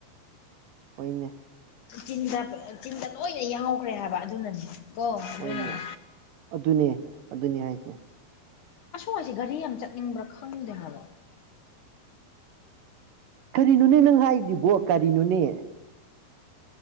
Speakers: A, on the right; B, on the left.
A: ꯍꯣꯏꯅꯦ
B: ꯆꯤꯟꯗ ꯄꯦ ꯆꯤꯟꯗ ꯂꯣꯏꯅ ꯌꯥꯎꯈ꯭ꯔꯦ ꯍꯥꯏꯕ ꯑꯗꯨꯅꯅꯦ ꯀꯣ ꯑꯗꯨꯅꯅꯦ
A: ꯍꯣꯏꯅꯦ ꯑꯗꯨꯅꯦ ꯑꯗꯨꯅꯦ ꯍꯥꯏꯁꯦ
B: ꯑꯁꯨꯋꯥꯏꯁꯦ ꯒꯥꯔꯤ ꯌꯥꯝ ꯆꯠꯅꯤꯡꯕ꯭ꯔꯥ ꯈꯪꯗꯦ ꯍꯥꯏꯕ
A: ꯀꯔꯤꯅꯣꯅꯦ ꯅꯪ ꯍꯥꯏꯗꯨꯕꯨ ꯀꯔꯤꯅꯣꯅꯦ